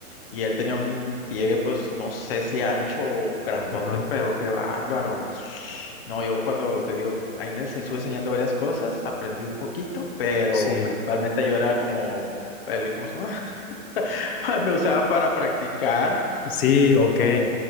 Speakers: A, on the left; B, on the left.
A: y él tenía un pliegue, pues no sé si ancho o grandote,
B: Ajá,
A: pero qué bárbaro. No, yo cuando te digo, ahí me ense- estuve enseñando varias cosas, aprendí un poquito, pero
B: sí,
A: principalmente yo era como el, ¿cómo se llama? <laughs> Me usaba para practicar.
B: sí,
A: Y digo,
B: ok.
A: no,